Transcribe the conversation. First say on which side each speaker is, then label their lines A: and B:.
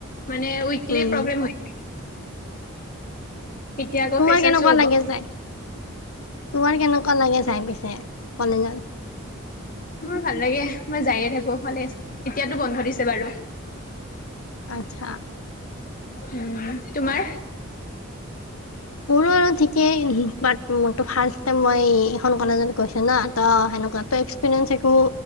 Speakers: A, on the left; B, on the left.
A: মানে উইকলি
B: উম
A: প্ৰগ্ৰম হয়ে থাকে। এতিয়া আকৌ
B: তোমাৰ
A: ফ্ৰেচাৰ্ছো
B: কেনেকুৱা
A: হ'ব
B: লাগে যাই তোমাৰ কেনেকা কেনেকো চাই পিছে কলেজত।
A: মোৰ ভাল লাগে মই যায়ে থাকো কলেজ এতিয়াতো বন্ধ দিছে বাৰু
B: আচ্ছা
A: উ তোমাৰ
B: মোৰো ঠিকেই ফাৰ্ষ মই এইখন কলেজত গৈছো ন ত সেৱনে এক্সেঞ্চ একো